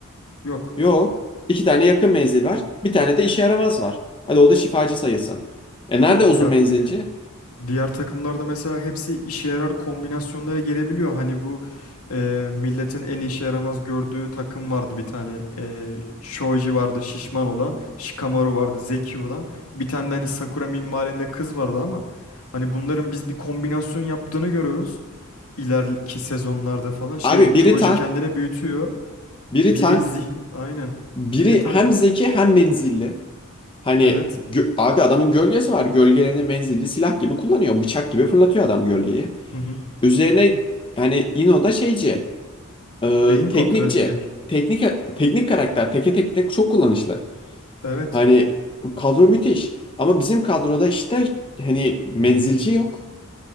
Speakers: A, on the left; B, on the left.
A: yok.
B: Yok. İki tane yakın menzil var. Bir tane de işe yaramaz var. Hadi o da şifacı sayılsın. E nerede uzun
A: Ya
B: menzilci?
A: diğer takımlarda mesela hepsi işe yarar kombinasyonlara gelebiliyor. Hani bu e, milletin en işe yaramaz gördüğü takım vardı bir tane. E, Shoji vardı şişman olan. Shikamaru vardı zeki olan. Bir tane de hani Sakura minvalinde kız vardı ama hani bunların biz bir kombinasyon yaptığını görüyoruz. İleriki sezonlarda falan. Şey
B: Abi biri
A: Shoji
B: tank,
A: kendini büyütüyor.
B: biri
A: Biri
B: tank,
A: zihin aynen.
B: biri
A: Biri tank.
B: hem zeki hem menzilli. Hani
A: Evet.
B: gö- abi adamın gölgesi var. Gölgelerini menzilli silah gibi kullanıyor. Bıçak gibi fırlatıyor adam gölgeyi.
A: Hı hı.
B: Üzerine hani İno da şeyci, e,
A: Beyin kontrolü
B: teknikçi,
A: direkt.
B: teknik teknik karakter teke tek tek çok kullanışlı.
A: Evet.
B: Hani kadro müthiş ama bizim kadroda işte hani menzilci yok.